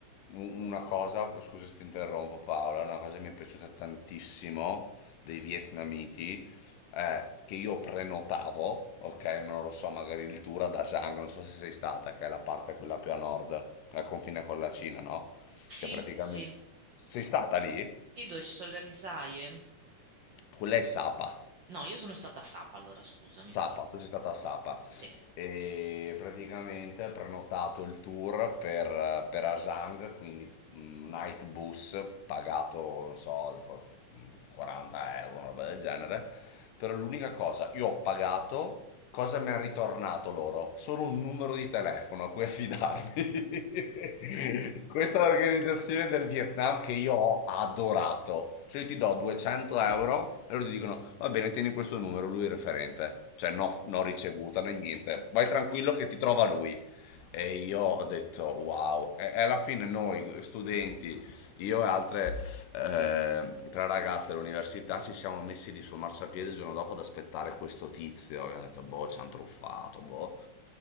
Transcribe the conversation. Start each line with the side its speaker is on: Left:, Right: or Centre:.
Left: u- una cosa, scusa se ti interrompo Paola, una cosa che mi è piaciuta tantissimo dei vietnamiti è che io prenotavo, ok, ma non lo so, magari il tour a Da Giang, non so se sei stata, che è la parte quella più a nord, al confine con la Cina, no?
Right: Sì,
Left: Che praticamente...
Right: sì.
Left: Sei stata lì?
Right: Sì, dove ci sono le risaie.
Left: Quella è Sapa.
Right: No, io sono stata a Sapa, allora scusami.
Left: Sapa, tu sei stata a Sapa
Right: Sì.
Left: e praticamente hai prenotato il tour per, per Asang, quindi night bus pagato, non so, tipo 40 euro, una roba del genere. Però l'unica cosa, io ho pagato, cosa mi hanno ritornato loro? Solo un numero di telefono a cui affidarmi. <laughs> Questa è l'organizzazione del Vietnam che io ho adorato. Cioè io ti do 200 euro e loro ti dicono, va bene, tieni questo numero, lui è il referente. Cioè no, no ricevuta né niente. Vai tranquillo che ti trova lui. E io ho detto wow, e e alla fine noi studenti, io e altre eh, tre ragazze dell'università ci siamo messi lì sul marciapiede il giorno dopo ad aspettare questo tizio, abbiamo detto boh ci hanno truffato, boh.